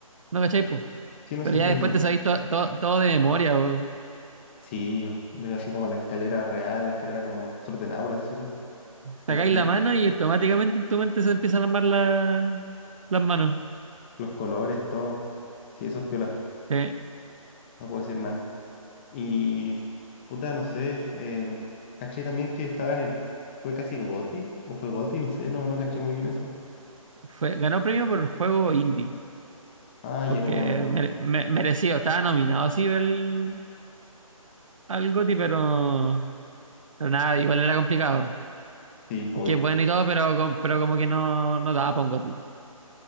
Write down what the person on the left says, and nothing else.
Sí, no
se entiendo.
Sí, o- desde así como la escalera real, la escalera como desordenada, por así decirlo. Los,
fl-
los colores, todo. Sí, eso es piola.
No puedo decir nada. Y, puta, no sé. eh, caché también que estaba en el. ¿Fue casi Goti? ¿O fue Goti? No sé, no, no caché muy bien eso.
Ah,
ya como de.
Sí, obvio.